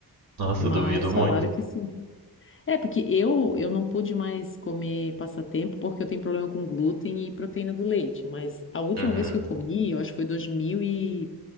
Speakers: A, on the right; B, on the left.
A: Nossa,
B: Mas
A: eu duvido muito.
B: falaram que sim. É, porque eu, eu não pude mais comer passatempo porque eu tenho problema com glúten e proteína do leite. Mas a última
A: Uhum,
B: vez que eu comi, eu acho que foi 2000 e,